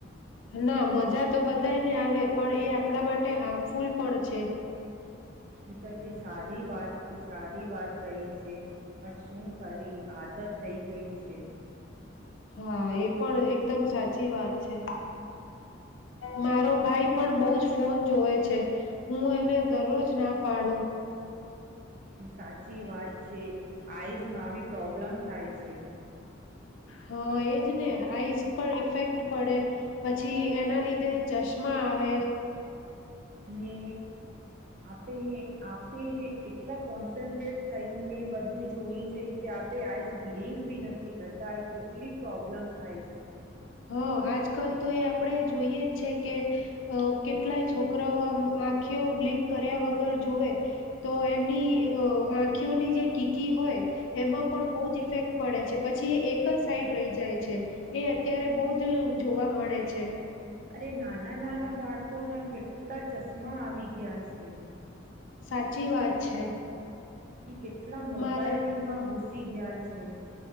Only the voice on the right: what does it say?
હુ તો તે સારી વાત સારી વાત કહી છે. પણ શું કરી આદત થઈ ગઈ છે.
સાચી વાત છે. આઈઝમાં બી પ્રોબ્લેમ થાય છે.
ને આપે આપે એટલા કોન્ટન્ટ્રેટ થઈને બધું જોય છે કે આપે આઈઝ બ્લિંક ભી ન થી કરતા કેટલી પ્રોબ્લેમ થાય છે.
અરે નાના નાના બાળકોના કેટલા ચશ્મા આવી ગયા છે.
ઈ કેટલા મોબાઈલમાં
ગુસ સી ગયા છે.